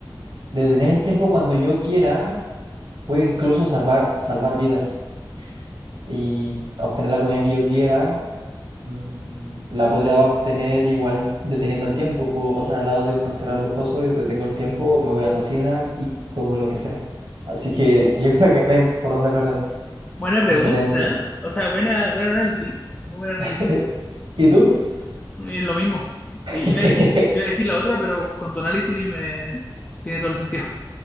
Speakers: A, on the right; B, on the left.
A: detener el tiempo cuando yo quiera puede incluso salvar, salvar vidas y obtener la comida que yo quiera. mm, la podría obtener igual deteniendo el tiempo. Puedo pasar al lado de un restaurante lujoso y detengo el tiempo, me voy a la cocina y como lo que sea. Así que yo <laughs> creo que no hay por dónde perderse.
B: Buena pregunta,
A: de tener el tiempo.
B: ¿eh? O sea, buena, buen análisis, muy buen análisis.
A: <laughs> ¿Y tú?
B: Es lo mismo.
A: <laughs>
B: I- Iba a elegir, iba a elegir la otra, pero con tu análisis me tiene todo el sentido.